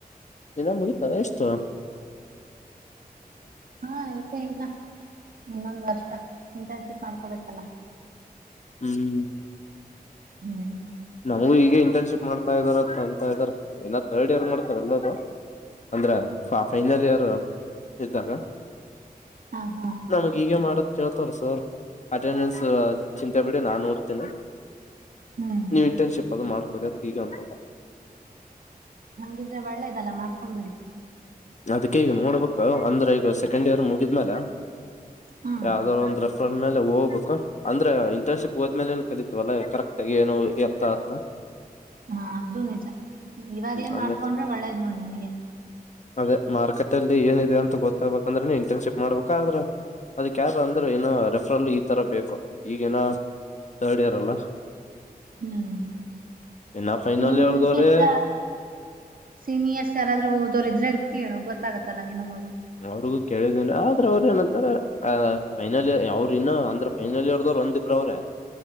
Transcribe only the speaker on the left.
ಎಲ್ಲಾ ಮುಗೀತಾ ವೇಸ್ಟು
ಹ್ಮ್
ನಮಗೂ ಈಗೆ ಇಂಟರ್ನ್ಶಿಪ್ ಮಾಡ್ತಾ ಇದಾರಂತ್ ಅಂತಾಯಿದ್ದಾರೆ ಏನ ತರ್ಡ್ ಇಯರ್ ಮಾಡ್ತಾರ ಎಲ್ಲದು ಅಂದ್ರ ಫ ಫೈನಲ್ ಇಯರ್ ಇದ್ದಾಗ
ನಮಗೀಗ ಮಾಡುತ್ <unintelligible> ತ್ತರ ಸರ್ ಅಟೆಂಡೆನ್ಸ್ ಚಿಂತೆ ಬಿಡಿ ನಾನ್ ನೋಡ್ತೇನೆ.
ನೀವ್ ಇಂಟರ್ನ್ಶಿಪ್ ಅದು ಮಾಡ್ಕೊರಿ <unintelligible>
ಅದಿಕ್ಕೆ ಈಗ ನೋಡ್ಬೇಕು ಅಂದ್ರೆ ಈಗ ಸೆಕೆಂಡ್ ಇಯರ್ ಮುಗಿದ್ಮೇಲೆ
ಯಾವ್ದಾರ್ ಒಂದ್ ರಸ್ ಮೇಲೆ ಹೋಗ್ಬೇಕು ಅಂದ್ರೆ ಇಂಟರ್ನ್ಶಿಪ್ ಹೋದ್ಮೇಲೆನೆ ಕಲಿತೀವಲ್ಲ ಕರೆಕ್ಟಾಗಿ ಏನು ಎತ್ತ ಅಂತ.
ಅಂದ್ರೆ
ಅದೇ ಮಾರ್ಕೆಟಲ್ಲಿ ಏನಿದೆ ಅಂತ ಗೊತ್ತಾಬೇಕಂದ್ರೆ ಇಂಟರ್ನ್ಶಿಪ್ ಮಾಡ್ಬೇಕ, ಆದ್ರೆ ಅದುಕ್ ಯಾರು ಅಂದ್ರೆ ಏನು ರೆಫ್ರಲ್ ಈ ತರ ಬೇಕು. ಈಗೇನ ಥರ್ಡ್ ಇಯರ್ ಅಲ್ಲ?
ಇನ್ನ ಫೈನಲ್
ಇಯರ್ದವ್ರೆ
ಅವ್ರಿಗೂ ಕೇಳಿದೇನೇ ಆದ್ರ ಅವ್ರ್ ಏನಂತಾರೆ ಆ ಫೈನಲ್ ಇಯರ್ ಅವ್ರ್ ಇನ್ನ ಅಂದ್ರ ಫೈನಲ್ ಇಯರ್ ದೌರ್ ಒಂದಿಬ್ರ್ ಅವ್ರೆ.